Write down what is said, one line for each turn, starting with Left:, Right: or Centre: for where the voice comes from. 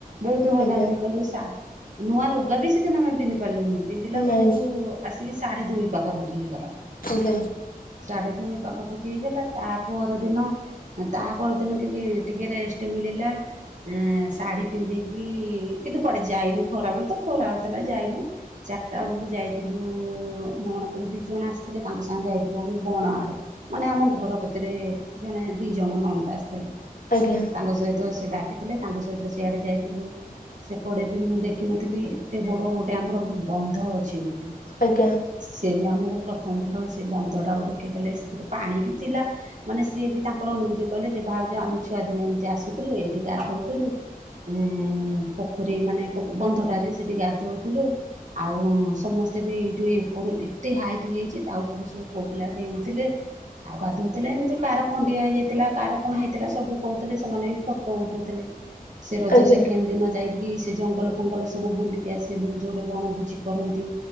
Right: ବହୁତ ହଇରାଣ
Left: ଆଜ୍ଞା
Right: ହେଇଗଲୁ ସା ନୂଆ ଲୁଗା ବି ସେଦିନ ଆମେ ପିନ୍ଧି ପାରିଲୁନି। ପିନ୍ଧିଲା ବେଳକୁ
Left: ନାଇଁ
Right: ଆସିକି ସାଢେ ଦୁଇ ପାଖାପାଖି ହେଇଗଲା।
Left: ଆଜ୍ଞା
Right: ସାଢେ ଦୁଇ ପାଖାପାଖି ହେଇଗଲା ତା ପର ଦିନ ତା ପର ଦିନ କି ଟିକେ ରେଷ୍ଟ ମିଳିଲା ଆ ଶାଢୀ ପିନ୍ଧିକି କିନ୍ତୁ କୁଆଡେ ଯାଇନୁ ଖରାବେଳେ ତ ଖରା ହଉଥିଲା ଯାଇନୁ। ଚାରିଟା ବେଳକୁ ଯାଇଥିଲୁ ନଣନ୍ଦର ଦି ଜଣ ଆସି ଥିଲେ ତାଙ୍କ ସାଙ୍ଗେ ଯାଇଥିଲେ ଆମେ ବଣ ଆଡ଼େ। ମାନେ ଆମ ଘର କତେରେ ଜଣେ ଦି ଜଣ ନଣନ୍ଦ ଆସିଥିଲେ।
Left: ଆଜ୍ଞା
Right: ତାଙ୍କ ସହିତ ସେ ଡାକି ଥିଲେ ତାଙ୍କ ସହିତ ସିଆଡେ ଯାଇଥିଲୁ। ସେପଡେ ବି ମୁଁ ଦେଖିନଥିଲି ଏତେ ବଡ ଗୋଟେ ଆମର ବନ୍ଧ ଅଛି ବୋଲି
Left: ଆଜ୍ଞା ଆଜ୍ଞା
Right: ସେବି ଆମକୁ ପ୍ରଥମ ଥର ସେ ବନ୍ଧ ଟାକୁ ଦେଖେଇଦେଲେ ସେଥିରେ ପାଣି ବି ଥିଲା ମାନେ ସିଏ ବି ତାଙ୍କର ଅନୁଭୂତି କଲେ ଯେ ବାହାଘ ଆମେ ଛୁଆ ଦିନ ଏମିତି ଆସୁଥିଲୁ ଏଇଠି ଗାଧୋଉଥିଲୁ ଉ ପୋଖରୀ ମାନେ ବନ୍ଧଟାରେ ସେଠି ଗାଧଉଥିଲୁ ଆଉ ସମସ୍ତେ ତେ ଏଇଠି ଉପ ଏତେ ହାଇଟ୍ ହେଇଯାଇଛି ତା ଉପରେ ସବୁ ପୁଅପିଲା ଡେଉଥିଲେ। ଆଉ ଗାଧଉଥିଲେ ଏମିତି କାହାର ଖଣ୍ଡିଆ ହେଇଯାଇଥିଲା କାହାର କଣ ହେଇଥିଲା ସବୁ କହୁଥିଲେ ସେମାନେ ବି ଫଟୋ ଉଠଉଥିଲେ। ସେ ରଜ
Left: ଆଜ୍ଞା
Right: ସେଖେଣ୍ଡ ଦିନ ଯାଇକି ସେ ଜଙ୍ଗଲ ଫଙ୍ଗଲ ସବୁ ବୁଲିକି ଆସିଲୁ ଯେଉଁଠି ବଣଭୋଜି କରନ୍ତି